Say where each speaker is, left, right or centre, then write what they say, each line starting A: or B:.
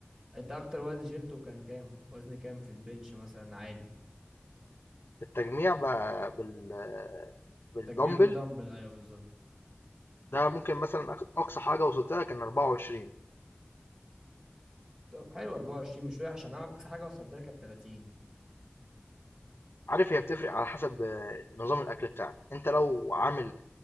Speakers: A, on the right (about 20°); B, on the left (about 75°).
A: أنت أكتر وزن شيلته كان كام؟ وزن كام في البنش مثلا عالي؟
B: التجميع ب بال
A: التجميع
B: بالدمبل
A: بالدمبل أيوه بالظبط
B: ده ممكن مثلًا آخد أقصى حاجة وصلت لها كان 24،
A: طب حلو 24 مش وحش انا اقصى حاجه وصلت لها كانت 30
B: عارف هي بتفرق على حسب آه، نظام الأكل بتاعك، أنت لو عامل